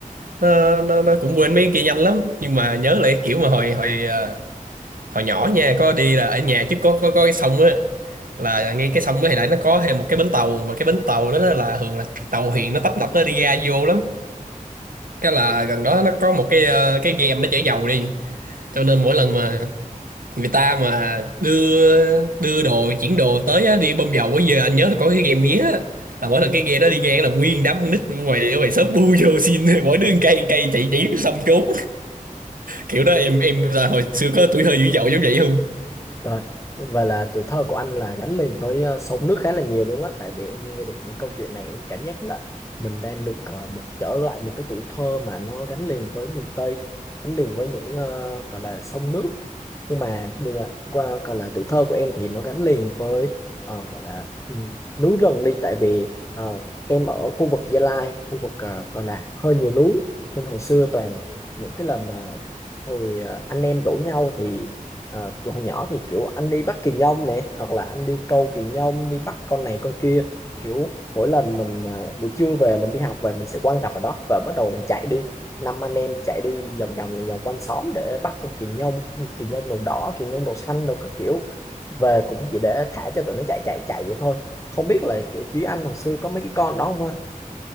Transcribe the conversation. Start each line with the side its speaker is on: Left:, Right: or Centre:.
Right: nó nó, nó cũng quên mấy cái kia nhanh lắm nhưng mà nhớ lại kiểu mà hồi hồi à, hồi nhỏ nha có đi là ở nhà trước có có có cái sông á là ngay cái sông đó thì lại nó có thêm một cái bến tàu mà cái bến tàu đó, đó là thường là tàu thuyền nó tấp nập nó đi ra vô lắm cái là gần đó nó có một cái ờ, cái game nó chở dầu đi cho nên mỗi lần mà người ta mà đưa đưa đồ chuyển đồ tới á, đi bơm dầu á giờ anh nhớ là có cái game mía á. là mỗi lần cái game đó đi ngang là nguyên đám con nít ở ngoài ở ngoài shop bu vô xin <laughs> mỗi đứa một cây một cây chạy chỉ xong trốn kiểu đó em em là hồi xưa có tuổi thơ dữ dội giống vậy không
Left: rồi và là tuổi thơ của anh là gắn liền với ờ, sông nước khá là nhiều luôn á tại vì em nghe được những câu chuyện này em cảm giác là mình đang được ờ, một trở lại một cái tuổi thơ mà nó gắn liền với miền Tây gắn liền với những ờ, gọi là sông nước nhưng mà mình là qua gọi là tuổi thơ của em thì nó gắn liền với ờ, gọi là ừ, núi rừng đi tại vì ờ, em ở khu vực Gia Lai khu vực ờ, gọi là hơi nhiều núi nên hồi xưa toàn những cái lần mà hồi ờ, anh em rủ nhau thì ờ, tụi hồi nhỏ thì kiểu anh đi bắt kỳ nhông nè hoặc là anh đi câu kỳ nhông đi bắt con này con kia kiểu mỗi lần mình ờ, buổi trưa về mình đi học về mình sẽ quăng cặp ở đó và bắt đầu mình chạy đi năm anh em chạy đi vòng vòng vòng vòng quanh xóm để bắt con kỳ nhông kỳ, kỳ nhông đầu đỏ kỳ nhông đầu xanh đồ các kiểu về cũng chỉ để thả cho tụi nó chạy chạy chạy vậy thôi không biết là kiểu chứ anh hồi xưa có mấy cái con đó không anh